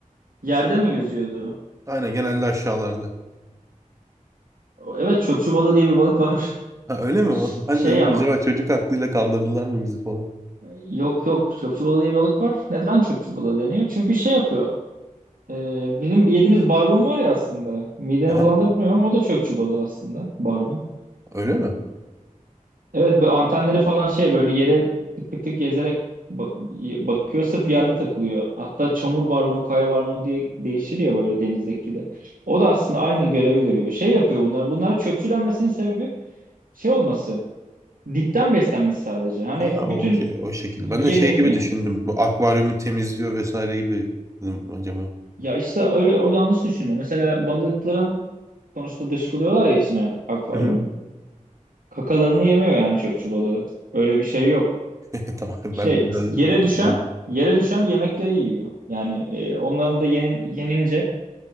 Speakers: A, on the right; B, on the right.
A: yerde mi yüzüyordu?
B: Aynen genelde aşağılarda.
A: Evet çöpçü balığı diye bir balık var.
B: Ha öyle
A: <laughs>
B: mi? o?
A: Ş-
B: <laughs> Ben
A: Şey
B: de dedim
A: ama
B: acaba çocuk aklıyla kandırdılar mı bizi falan.
A: yok yok çöpçü balığı diye bir balık var. Neden çöpçü balığı deniyor? Çünkü şey yapıyor. e, bizim yediğimiz barbun var ya aslında. Mideni
B: Aha
A: bulandırmıyorum ama o da çöpçü balığı aslında barbun.
B: öyle mi?
A: Evet bu antenleri falan şey böyle yere tık tık tık gezerek ba- bakıyor sırf yerde takılıyor. Hatta çamur barbunu kaya barbunu diye değişir ya böyle denizdeki de. O da aslında aynı görevi görüyor. Şey yapıyor bunlara. Bunlara çöpçü denmesinin sebebi şey olması. Dipten beslenmesi sadece. Hani
B: Ha
A: bütün
B: okey o şekilde.
A: yemeğini
B: Ben de şey gibi düşündüm. Bu akvaryumu temizliyor vesaire gibi dedim acaba.
A: ya işte öyle o yanlış düşünüyor. Mesela balıkların sonuçta dışkılıyorlar ya içine akvaryumun.
B: Hı hı.
A: Kakalarını yemiyor yani çöpçü balığı. Öyle bir şey yok.
B: <laughs> Tamam
A: Şey
B: ben biraz...
A: yere düşen
B: Yani,
A: yere düşen yemekleri yiyor. Yani e, onların da yenin, yenince